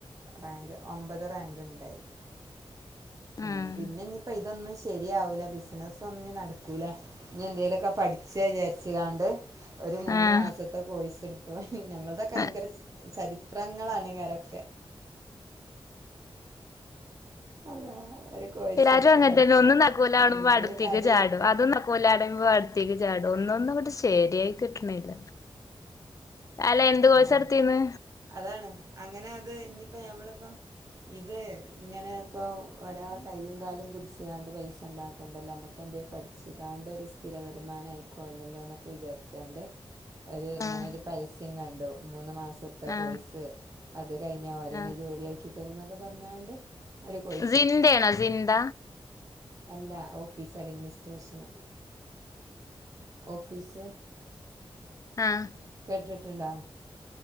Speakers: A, on the right; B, on the left.
A: റാങ്ക് ഒമ്പത് റാങ്ക് ഇണ്ടായി- ഉം
B: ആഹ്
A: പിന്നെ ഇനിപ്പൊ ഇതൊന്ന്ശെ ശരിയാവൂല്ല ബിസിനസ്സൊന്നും ഇനി നടക്കൂല ഇനി എന്തേലൊക്കെ പഠിച്ച വിചാരിച്ച കാണ്ട്. ഒരു മൂന്ന്
B: ആഹ്
A: മാസത്തെ കോഴ്സ് എട് ഇപ്പൊ ഞങ്ങളുടൊക്കെ ഭയങ്കര
B: ആഹ്
A: ചരിത്രങ്ങളാണ് കരം- അള്ളാ ഒരു കോഴ്സ്
B: എല്ലാരും
A: എടുത്ത്
B: അങ്ങനത്തന്നെ
A: പഠിച്ചു
B: ഒന്നും നക്കൂല്ല ആണുമ്പോ
A: ഉം
B: അടുത്തേക്ക്
A: ഒരു കഥ
B: ചാടും അതും നക്കോലാട്പോ അട്ത്തേക്ക്- ട ഒന്നൊന്നും അങ്ങട്ട് ശരിയായി കിട്ടണില്ല. അല്ല എന്ത് കോഴ്സെടുത്തീന്ന്
A: ആ അതാണ് അങ്ങനെ അത് ഇനിയിപ്പോ ഞമ്മളിപ്പോ ഇത് ഇങ്ങനെ ഇപ്പൊ ഒരാളെ കയ്യും കാലും പിടിച്ച്കാണ്ട് പൈസ ഉണ്ടാക്കണ്ടല്ലോ നമ്മുക്ക എന്തേലും പഠിച്ച്കാണ്ട് ഒരു സ്ഥിര വരുമാനം ആയിക്കോണ്ടല്ലോ എന്നൊക്കെ വിചാരിച്ചാണ്ട് ഒര് ഇങ്ങനൊരു
B: ആഹ്
A: സ്യംകണ്ടു മൂന്ന് മാസം ത്തെ
B: ആഹ്
A: കോയിസ് അത് കഴിഞ്ഞ ഓരന്നെ
B: ആഹ്
A: ജോലിയാക്കി- തരോന്നൊക്കെ പറഞ്ഞാണ്ട് ഒരു കോഴ്സ്
B: സിന്ദേണ
A: എടുത്തു
B: സിന്ദ
A: അല്ല ഓഫീസ് അഡ്മിനിസ്ട്രേഷന്. ഓഫിസ്
B: ആ
A: കേട്ടിട്ടുണ്ടോ